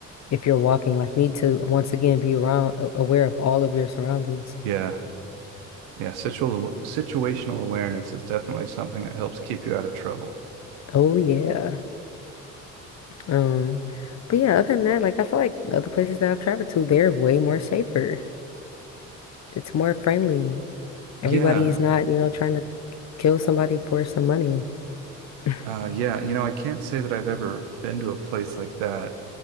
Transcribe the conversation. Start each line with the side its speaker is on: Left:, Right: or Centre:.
Left: if you're walking. Like you need to once again be around a- aware of all of your surroundings.
Right: Yeah, yeah. Situal situational awareness is definitely something that helps keep you out of trouble.
Left: Oh yeah. Um but yeah, other than that, like I feel like other places that I've traveled to, they're way more safer. It's more friendly. Everybody
Right: Yeah,
Left: is not, you know, trying to k- kill somebody for some money. <laughs>
Right: uh, yeah. You know, I can't say that I've ever been to a place like that.